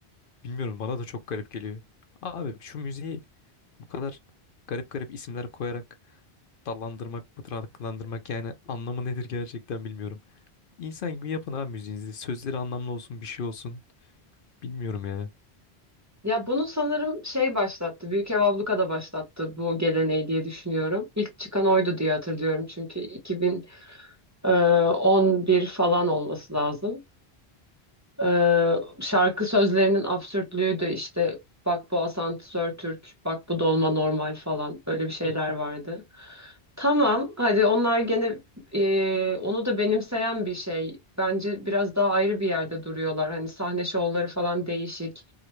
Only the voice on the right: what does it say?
Ya bunu sanırım şey başlattı. Büyük Ev Abluka da başlattı bu geleneği diye düşünüyorum. İlk çıkan oydu diye hatırlıyorum çünkü 2011 falan olması lazım. Ee, şarkı sözlerinin absürtlüğü de işte bak bu asansör Türk, bak bu dolma normal falan öyle bir şeyler
vardı. Tamam, hadi onlar gene e, onu da benimseyen bir şey. Bence biraz daha ayrı bir yerde duruyorlar. Hani sahne şovları falan değişik.